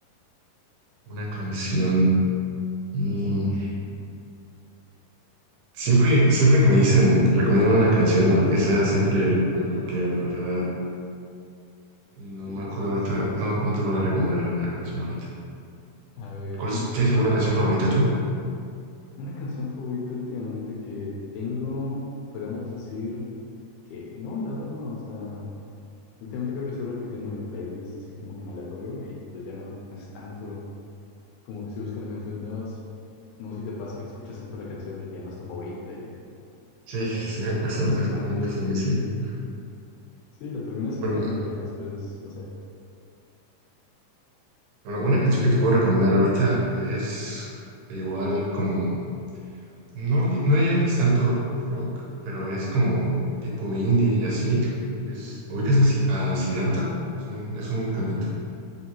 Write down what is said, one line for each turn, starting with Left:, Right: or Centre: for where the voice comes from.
Right: Una canción. mm, Siempre, siempre que me dicen, recomiendan una canción o lo que sea, siempre me bloqueo, ¿no? La verdad, no
Left: Y
Right: me acuerdo
Left: sí,
Right: ahorita,
Left: sí pasa.
Right: no, no te podría recomendar alguna canción ahorita.
Left: A ver,
Right: ¿Cuál es-
Left: ¿y
Right: tienes
Left: qué?
Right: alguna canción favorita tú?
Left: Una canción favorita últimamente que tengo, podríamos decir que no, la verdad no, o sea, últimamente creo que estoy repitiendo mi playlist así como que en aleatorio y pues ya no, no es tanto como que estoy buscando canciones nuevas. No sé si te pasa que escuchas tanto la canción que ya no es tu favorita y
Right: Sí,
Left: no sé,
Right: sí
Left: como
Right: me
Left: que
Right: pasó,
Left: la terminas
Right: sí
Left: quemando
Right: me pasó
Left: y
Right: muy seguido.
Left: sí, la terminas
Right: Bueno,
Left: quemando y ya después, no sé.
Right: bueno,
Left: Pero
Right: una
Left: bueno,
Right: canción
Left: sí,
Right: que
Left: sí,
Right: te
Left: sí.
Right: puedo recomendar ahorita es igual como, no, ri- no diría que es tanto rock, pero es como tipo indie y así. Es, ubicas a, Si- a Siddhartha, es un, es un cantante.